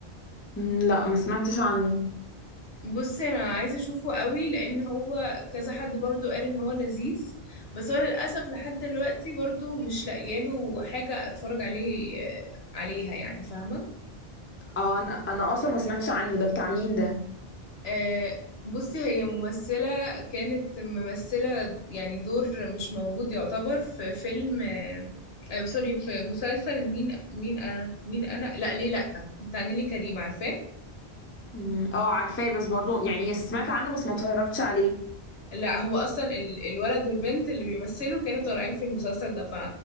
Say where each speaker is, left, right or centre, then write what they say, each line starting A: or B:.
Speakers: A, on the left; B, on the left.
A: مم، لا ما سمعتش عنه
B: بصي انا عايزه اشوفه قوي لان هو كذا حد برضو قال ان هو لذيذ بس هو للاسف لحد دلوقتي برضو مش لاقياله حاجه اتفرج عليه آه، عليها يعني فاهمه
A: اه انا انا اصلا ما سمعتش عنه ده بتاع مين ده
B: آه، بصي هي ممثلة كانت ممثلة يعني دور مش موجود يعتبر في فيلم آه، آه، سوري في مسلسل مين مين أنا مين أنا لا ليه لا بتاع نيلي كريم عارفاه
A: مم. اه عارفاه بس برضو يعني سمعت عنه بس ما اتفرجتش عليه
B: لا هو أصلا ال- الولد والبنت اللي بيمثلوا كانوا طالعين في المسلسل ده ف